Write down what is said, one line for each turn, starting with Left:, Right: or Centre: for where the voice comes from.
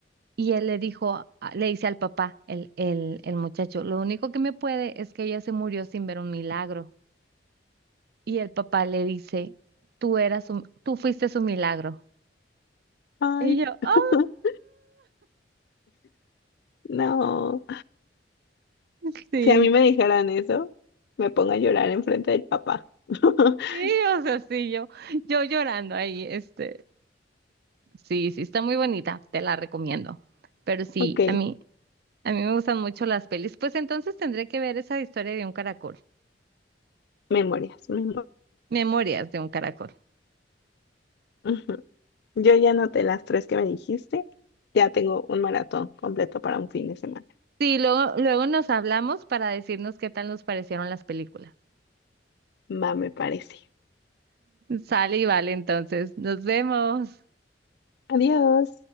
Right: y él le dijo, a- le dice al papá, el, el, el muchacho, lo único que me puede es que ella se murió sin ver un milagro, y el papá le dice, tú eras un, tú fuiste su milagro,
Left: Ay,
Right: y yo,
Left: <laughs>
Right: ¡ah!
Left: no.
Right: <laughs> Sí,
Left: Si a mí me dijeran eso, me pongo a llorar enfrente del papá. <laughs>
Right: Sí, o sea, sí, yo, yo llorando ahí, este, sí, sí, está muy bonita, te la recomiendo. Pero sí,
Left: Ok,
Right: a mí, a mí me gustan mucho las pelis. Pues entonces tendré que ver esa historia de un caracol,
Left: memorias, memorias.
Right: Memorias de un caracol.
Left: Ujú. Yo ya anoté las tres que me dijiste. Ya tengo un maratón completo para un fin de semana.
Right: Sí, luego, luego nos hablamos para decirnos qué tal nos parecieron las películas.
Left: Va, me parece.
Right: Sale y vale, entonces, nos vemos.
Left: Adiós.